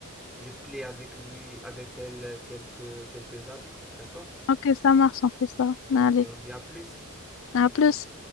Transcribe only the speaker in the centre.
je plie avec lui, avec elle, quelques, quelques habits, d'accord?
Donc,
on dit à plus.